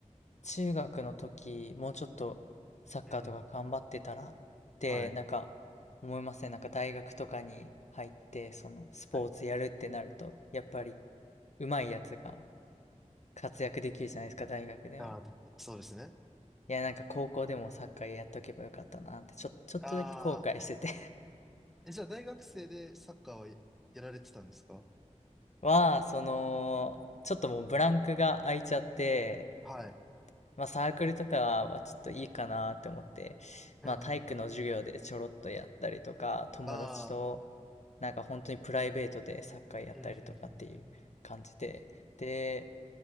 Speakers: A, on the left; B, in the centre.
A: 中学の時、もうちょっとサッカーとか頑張ってたらって、
B: うん。はい。
A: なんか、思いません。なんか、大学とかに入って、その、スポーツやるってなると、
B: はい。
A: やっぱり、上手いやつが活躍できるじゃないですか、大学でも。
B: ああ、たそうですね。
A: いや、なんか、高校でもサッカーやっとけばよかったなって、ちょ、ちょっとだけ後悔してて
B: ああ。え、じゃあ大学生でサッカーはややられてたんですか
A: は、その、ちょっともうブランクが空いちゃって、
B: あ、はい。
A: まあサークルとかはちょっといいかなって思って、
B: うんうん。
A: まあ体育の授業でちょろっとやったりとか、友達と
B: ああ。
A: なんか本当にプライベートでサッカーやったりとかっていう感じで、
B: うんうんうんうん。
A: で、